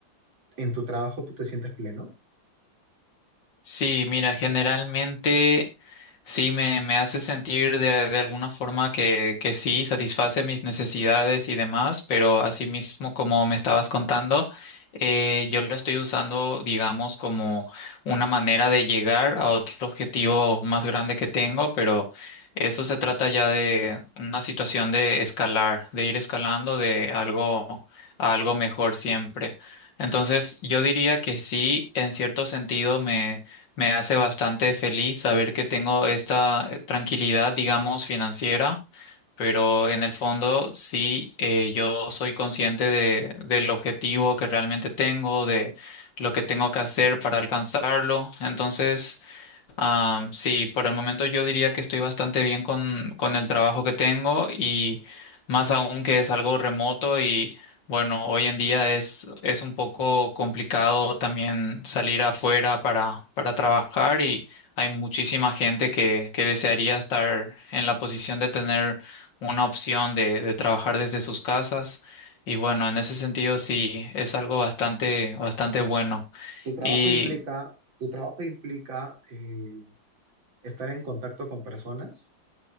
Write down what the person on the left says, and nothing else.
Sí, mira, generalmente sí me, me hace sentir de, de alguna forma que, que sí, satisface mis necesidades y demás, pero asimismo, como me estabas contando, eh, yo lo estoy usando, digamos, como una manera de llegar a otro objetivo más grande que tengo, pero eso se trata ya de una situación de escalar, de ir escalando de algo a algo mejor siempre. Entonces, yo diría que sí, en cierto sentido me me hace bastante feliz saber que tengo esta eh, tranquilidad, digamos, financiera, pero en el fondo sí, eh, yo soy consciente de, del objetivo que realmente tengo, de lo que tengo que hacer para alcanzarlo. Entonces... Ah, sí, por el momento yo diría que estoy bastante bien con, con el trabajo que tengo y más aún que es algo remoto y bueno, hoy en día es, es un poco complicado también salir afuera para, para trabajar y hay muchísima gente que, que desearía estar en la posición de tener una opción de, de trabajar desde sus casas y bueno, en ese sentido sí es algo bastante, bastante bueno.
Y